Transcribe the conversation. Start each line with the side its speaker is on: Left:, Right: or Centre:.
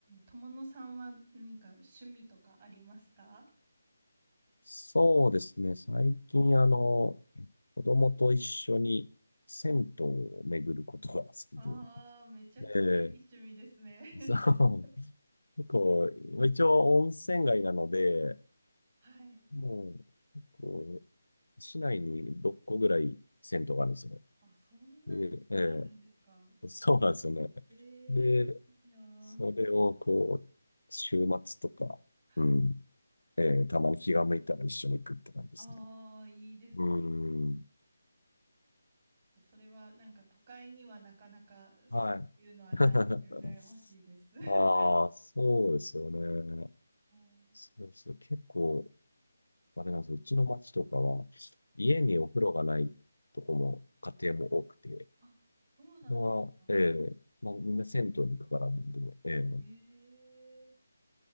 Right: 友野さんは何か趣味とかありますか
Left: そうですね。最近、あの、子供と一緒に銭湯を巡ることが好きで。
Right: ああ、めちゃくちゃいい趣味ですね。
Left: で、
Right: <laughs>
Left: そう、結構、まあ一応温泉街なので、
Right: はい。
Left: もう、結構、市内に6個ぐらい銭湯があるんですよ。
Right: あ、そんなにいっぱいあるんですか
Left: で、ええ、そうなんですよね。
Right: ええーいいなー。
Left: で、それをこう、週末とか、
Right: はい。
Left: うん、ええ、たまに気が向いたら一緒に行くって感じですね。
Right: ああ、いいですね。
Left: うん。
Right: それはなんか都会にはなかなかそういうのはないので羨ましいです。
Left: はい。<laughs>
Right: <laughs> は
Left: ああ、そうですよね。
Right: い。
Left: そうですよ。結構、あれなんですよ。うちの町とかは、家にお風呂がないとこも、家庭も多くて、
Right: あ、そうなんですか。
Left: まええまあ、みんな銭湯に行くからなんで、
Right: も
Left: ええ
Right: う、ええー